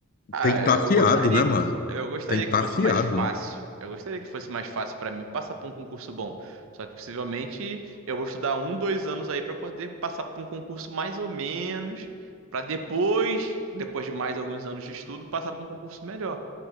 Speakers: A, on the right (about 65°); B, on the left (about 40°).
A: Ah,
B: tem que
A: eu
B: estar afiado,
A: gostaria
B: né,
A: que
B: mano?
A: fo... eu gostaria
B: Tem que estar
A: que fosse
B: afiado,
A: mais fácil.
B: né?
A: Eu gostaria que fosse mais fácil pra mim passar por um concurso bom. Só que possivelmente eu vou estudar um, dois anos aí pra poder passar por um concurso mais ou menos, Pra depois, depois de mais alguns anos de estudo, passar por um concurso melhor,